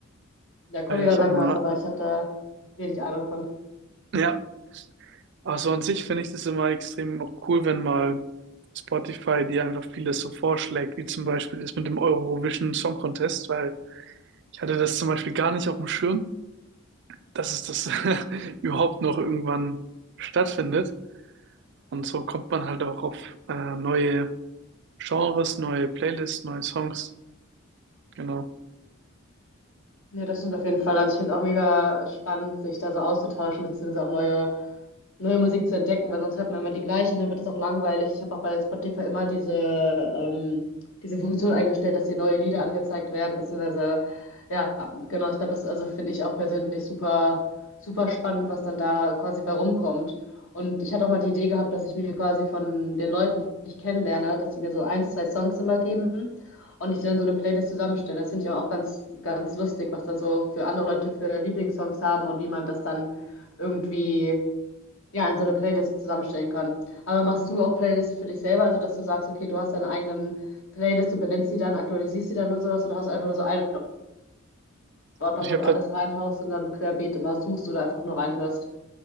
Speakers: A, on the left (about 70°); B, on the right (about 60°).
A: Der Kollege
B: feiere ich
A: sagt
B: immer.
A: mir was, aber ich habe da wenig Ahnung von.
B: Ja, Also an sich finde ich das immer extrem auch cool, wenn mal Spotify dir einfach vieles so vorschlägt, wie zum Beispiel das mit dem Eurovision Song Contest, weil ich hatte das zum Beispiel gar nicht auf dem Schirm, dass es das <laughs> überhaupt noch irgendwann stattfindet. Und so kommt man halt auch auf äh, neue Genres, neue Playlists, neue Songs. Genau.
A: Nee, das stimmt auf jeden Fall. Also ich finde es auch mega spannend, sich da so auszutauschen, beziehungsweise auch neue, neue Musik zu entdecken, weil sonst hört man immer die gleiche und dann wird es auch langweilig. Ich habe auch bei Spotify immer diese, ähm, diese Funktion eingestellt, dass dir neue Lieder angezeigt werden, beziehungsweise, ja, genau, ich glaube, das also finde ich auch persönlich super, super spannend, was dann da quasi bei rumkommt. Und ich hatte auch mal die Idee gehabt, dass ich mir quasi von den Leuten, die ich kennenlerne, dass sie mir so ein, zwei Songs immer geben und ich dann so eine Playlist zusammenstelle. Das finde ich aber auch ganz, ganz lustig, was da so für andere Leute für Lieblingssongs haben und wie man das dann irgendwie ja, in so eine Playlist zusammenstellen kann. Aber machst du auch Playlists für dich selber, also dass du sagst, okay, du hast deine eigenen Playlists und benennst sie dann, aktualisierst sie dann und sowas oder hast du einfach nur so einen Ordner,
B: Also Ich
A: wo
B: habe
A: du alles
B: da
A: reinhaust und dann querbeet immer suchst oder einfach nur reinhörst?